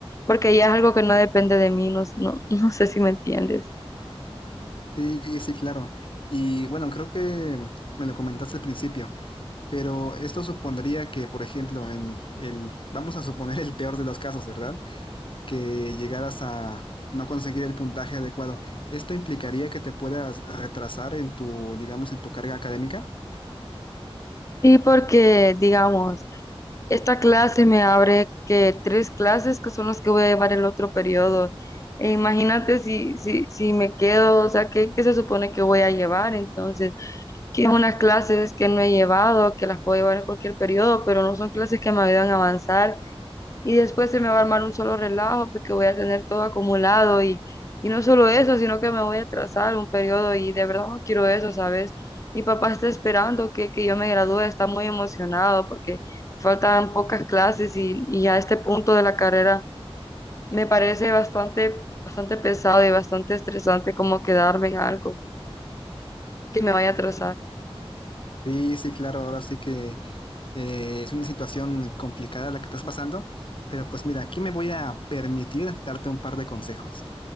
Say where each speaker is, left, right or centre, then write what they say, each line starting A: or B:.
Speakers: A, on the left; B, on the left.
A: porque ya es algo que no depende de mí, no, no, <laughs> no sé si me entiendes.
B: Sí, sí, claro. Y bueno, creo que me lo comentaste al principio, pero esto supondría que, por ejemplo, en el, vamos a suponer el peor de los casos, ¿verdad? Que llegaras a no conseguir el puntaje adecuado. ¿Esto implicaría que te puedas retrasar en tu, digamos, en tu carga académica?
A: Sí, porque digamos, Esta clase me abre que tres clases que son las que voy a llevar el otro periodo. E imagínate si, si, si me quedo, o sea, ¿qué, qué se supone que voy a llevar? Entonces, que unas clases que no he llevado, que las puedo llevar en cualquier periodo, pero no son clases que me ayudan a avanzar y después se me va a armar un solo relajo porque voy a tener todo acumulado y, y no solo eso, sino que me voy a atrasar un periodo y de verdad no quiero eso, ¿sabes? Mi papá está esperando que, que yo me gradúe, está muy emocionado porque faltan pocas clases y, y a este punto de la carrera me parece bastante, bastante pesado y bastante estresante como quedarme en algo que me vaya a atrasar.
B: Sí, sí, claro, ahora sí que eh, es una situación complicada la que estás pasando, pero pues mira, aquí me voy a permitir darte un par de consejos.